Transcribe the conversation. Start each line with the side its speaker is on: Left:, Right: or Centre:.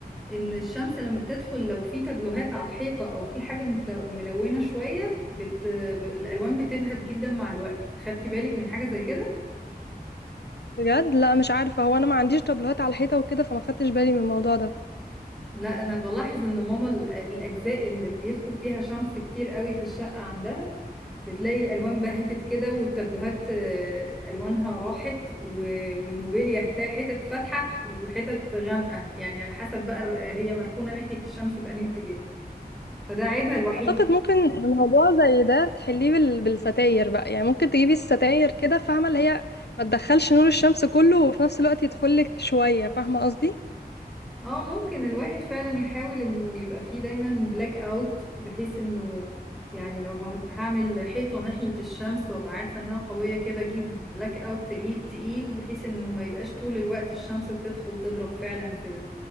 Centre: إن الشمس لما بتدخل لو في تابلوهات على الحيطة أو في حاجة متل- ملونة شوية بت... ب- الألوان بتبهت جدا مع الوقت خدتي بالك من حاجة زي كده؟
Left: بجد لا مش عارفة هو أنا ما عنديش طابلوهات على الحيطة وكده فما خدتش بالي من الموضوع ده
Centre: لا أنا بلاحظ إن ماما ال- الأجزاء اللي بيدخل فيها شمس كتير قوي في الشقة عندها بتلاقي الالوان بهتت كده والتابلوهات آه، الوانها راحت و- والموبيليا هتلاقي حتت فاتحه وحتت غامقه يعني على حسب بقى الر- هي مركونه ناحيه الشمس بأنهي اتجاه فده عيبها الوحيد
Left: أعتقد
Centre: يعني
Left: ممكن موضوع زي ده تحليه بال... بالستاير بقى يعني ممكن تجيبي الستاير كده فاهمة اللي هي ما تدخلش نور الشمس كله وفي نفس الوقت يدخلك شوية فاهمة قصدي
Centre: اه ممكن الواحد فعلا يحاول انه يبقى فيه دايما بلاك اوت بحيث انه يعني لو ه- هعمل حيطه ناحيه الشمس وابقى عارفه انها قويه كده اجيب بلاك اوت تقيل تقيل بحيث انه ما يبقاش طول الوقت الشمس بتدخل تضرب فعلا في